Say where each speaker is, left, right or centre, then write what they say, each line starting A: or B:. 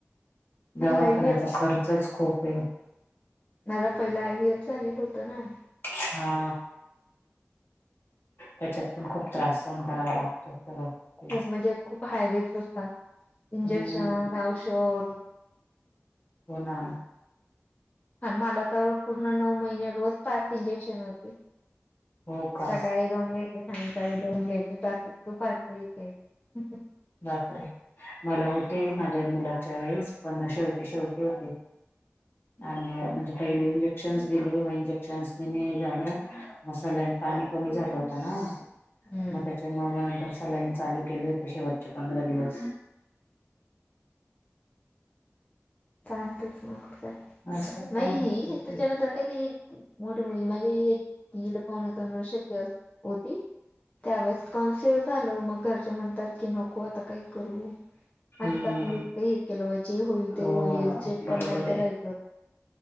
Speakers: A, on the left; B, on the left.
A: दवाखान्याचा
B: माझा आयव्हीएफ
A: खर्चच खूप हे.
B: माझापहिला आय वही एफ चालेलं होतं ना,
A: हा त्याच्यात पण खूप त्रास सहन करावा लागतो. सगळं तेच.
B: खूप म्हणजे खूप हायरिकस्स असतात इंजेक्शन
A: हम्म.
B: औषध
A: हो ना,
B: आण मला तर पूर्ण नऊ, महिने रोज पाच इंजेक्शन होते सकाळी
A: हो का
B: दोन घ्यायचे संध्याकाळी दोन घ्यायचे <unintelligible> दुपारप एक घ्यायचे.
A: बापरे मला होते माझ्या मुलाच्या वेळेस पण शेवटी, शेवटी होते. आणि म्हणजे पहिले इंजक शंक्स दिले म इंजेक्शन दिने झालं म सलाईन पाणी कमी झालं होत ना,
B: हम्म.
A: म त्याच्या मुळ म नंतर सलईन चालू केले होते शेवट. त पंधरा दिवस.
B: <unintelligible> चाांतच मग का
A: असं
B: नाही
A: काय होते.
B: हे तेच्य नंतर. मोठी मुलगी म्हणजे दीड पाव ने दोन वर्षाची अस होती. त्या वेळेस कॉन्फ्युज झालं मग घरचे म्हणतात. की नको आता काही करू
A: हम्म
B: आधीच, आपण इ हे केलं जे होईल ते
A: हो
B: होईल चेक
A: बरोबर
B: पण नाही करायच,
A: आहे